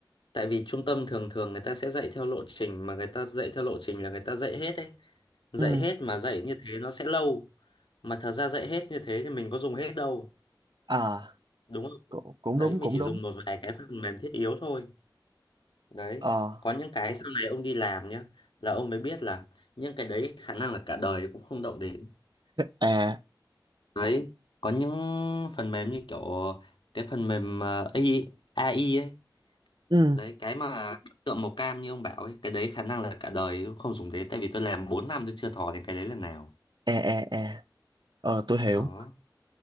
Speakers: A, on the left; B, on the right.
A: Tại vì trung tâm thường thường người ta sẽ dạy theo lộ trình. Mà người ta dạy theo lộ trình là người ta dạy hết ấy. Dạy
B: ừ
A: hết mà dạy như thế nó sẽ lâu. Mà thật ra dạy hết như thế thì mình có dùng hết đâu.
B: à
A: đúng không
B: cũng, cũng
A: đấy
B: đúng
A: mình
B: cũng
A: chỉ
B: đúng
A: dùng một vài cái phần mềm thiết yếu thôi đấy
B: ờ
A: có những cái sau này ông đi làm nhá là ông mới biết là những cái đấy khả năng là cả đời cũng không động đến
B: à
A: đấy có những phần mềm như kiểu cái phần mềm ờ, a i a i ấy
B: ừ
A: đấy cái mà biểu tượng màu cam như ông bảo ấy cái đấy khả năng là cả đời cũng không dùng đến tại vì tôi làm 4 năm tôi chưa thò đến cái đấy lần nào
B: à à à ờ tôi hiểu
A: đó